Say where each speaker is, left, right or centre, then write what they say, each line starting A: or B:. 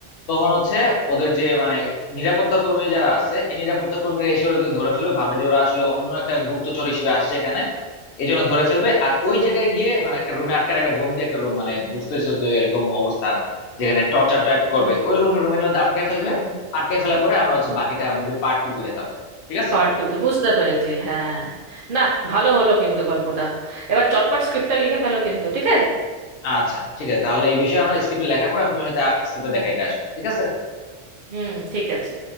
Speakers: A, on the left; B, on the right.
A: তখন হচ্ছে ওদের যে মানে নিরাপত্তা কর্মী যারা আছে এই নিরাপত্তা কর্মীরা এসে ওদেরকে ধরে ফেলবে ভাববে যে ওরা আসলে অন্য একটা গুপ্তচর হিসেবে আসছে এখানে এই জন্য ধরে ফেলবে আর ওই জায়গায় গিয়ে মানে একটা রুমে আটকে রাখবে বন্দি একটা রুম মানে বুঝতেছো তো এরকম অবস্থা যেখানে টর্চার টাইপ করবে ওইরকম একটা রুমের মধ্যে আটকে
B: হুম
A: ফেলবে আটকে ফেলার পরে আমরা হচ্ছে বাকিটা মুভি পার্ট টু তে দেখাবো ঠিক আছে
B: পার্ট টু তে বুঝতে পেরেছি হ্যাঁ না ভালো হলো কিন্তু গল্পটা এবার চটপট স্ক্রিপ্টটা লিখে ফেলো কিন্তু ঠিক আছে
A: আচ্ছা ঠিক আছে তাহলে এই বিষয়ে আমরা স্ক্রিপ্টে লেখার পর আমি তোমার সাথে স্ক্রিপ্টে দেখাইতে আসবো ঠিক আছে
B: হুম ঠিক আছে